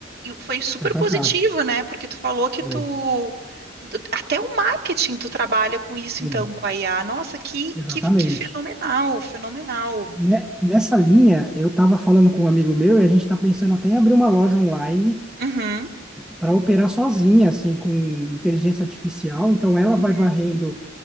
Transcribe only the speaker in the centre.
Foi
fantástico.
Foi.
Sim,
exatamente.
Ne- Nessa linha, eu estava falando com um amigo meu e a gente está pensando até em abrir uma loja online
para operar sozinha, assim, com inteligência artificial. Então, ela
vai varrendo